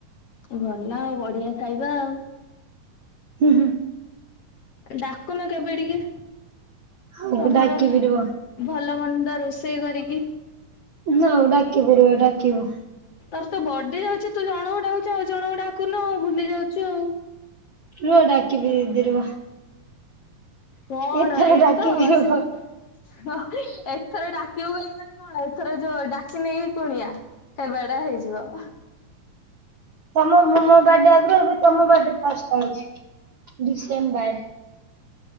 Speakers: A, on the left; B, on the right.
A: ଗଲା ଆଉ ବଢିଆ ଖାଇବା ଆଉ।
B: ହୁଁ ହୁଁ।
A: ଡାକୁନ କେବେ ଟିକେ।
B: ଆଉ
A: ତମର,
B: ଡାକିବି ରୁହ
A: ଭଲ ମନ୍ଦ ରୋଷେଇ କରିକି।
B: ନା ଆଉ ଡାକିବୁ <unintelligible> ଡାକିବୁ।
A: ତୋର ତ ବଡି ଯାଉଛି ତୁ ଜଣଙ୍କୁ ଡାକୁଚୁ ଆଉ ଜଣଙ୍କୁ ଡାକୁନୁ ଭୁଲି ଯାଉଚୁ ଆଉ।
B: ରୁହ ଡାକିବି ଦିଦି ରୁହ।
A: କଣ
B: ଏଥର
A: ଏଇଟା
B: ଡାକିବି
A: ତ
B: ରୁହ।
A: ସେ ଏଥର ଡାକିବୁ ବୋଲି ମାନେ କଣ ଏଥର ଯୋଉ ଡାକି ନେଇକି କୁଣିଆ <unintelligible> ହେଇଯିବ।
B: ତମ ମୋ ବାଡେ ଆଗରୁ ଏବେ ତମ ବାଡେ ଟା ଫାଷ୍ଟ ଆସୁଛି ଡିସେମ୍ବର।